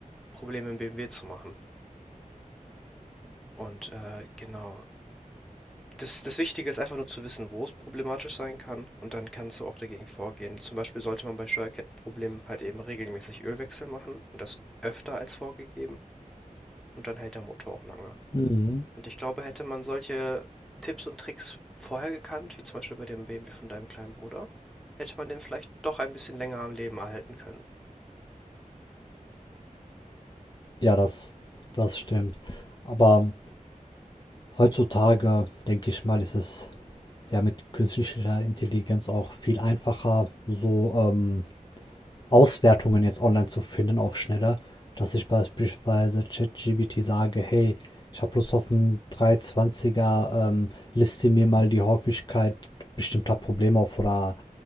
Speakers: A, in the centre; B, on the left (about 30°).
A: Probleme im BMW zu machen. Und äh, genau. Das, das Wichtige ist einfach nur zu wissen, wo es problematisch sein kann und dann kannst du auch dagegen vorgehen. Zum Beispiel sollte man bei Steuerkettenproblemen halt eben regelmäßig Ölwechsel machen und das öfter als vorgegeben. und dann hält der Motor auch lange.
B: Mhm.
A: Und ich glaube, hätte man solche Tipps und Tricks vorher gekannt, wie zum Beispiel bei dem BMW von deinem kleinen Bruder, hätte man den vielleicht doch ein bisschen länger am Leben erhalten können.
B: Ja, das, das stimmt. Aber Heutzutage, denke ich mal, ist es ja mit künstlicher Intelligenz auch viel einfacher, so ähm, Auswertungen jetzt online zu finden auf schneller, dass ich beispielsweise ChatGPT sage, hey, ich habe Lust auf einen 320er, ähm, liste mir mal die Häufigkeit bestimmter Probleme auf oder